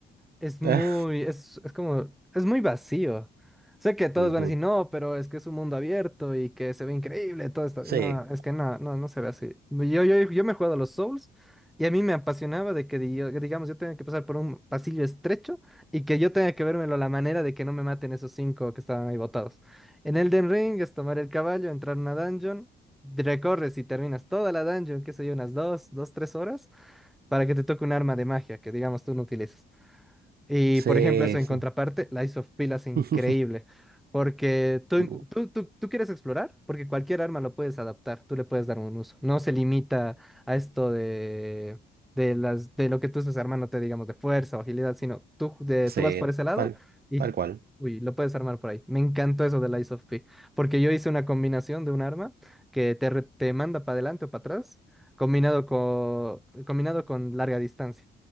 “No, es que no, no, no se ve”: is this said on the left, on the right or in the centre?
Centre